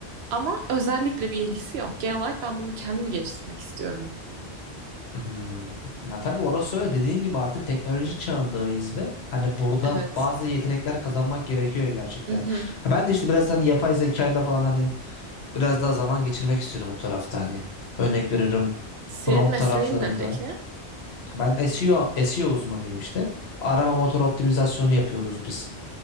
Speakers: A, on the right (about 70°); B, on the left (about 65°).
A: Ama özellikle bir ilgisi yok. Genel olarak ben bunu kendimi geliştirmek istiyorum.
B: Hı Ya tabii orası öyle. Dediğin gibi artık teknoloji çağındayız ve hani burada
A: Evet.
B: bazı yetenekler kazanmak gerekiyor gerçekten.
A: Hı hı.
B: Ha ben de işte biraz hani yapay zekayla falan hani biraz daha zaman geçirmek istiyorum o tarafta hani. Örnek veririm
A: Senin
B: prompt
A: mesleğin
B: taraflarında.
A: ne peki?
B: Ben SEO, SEO uzmanıyım işte. Arama motor optimizasyonu yapıyoruz biz.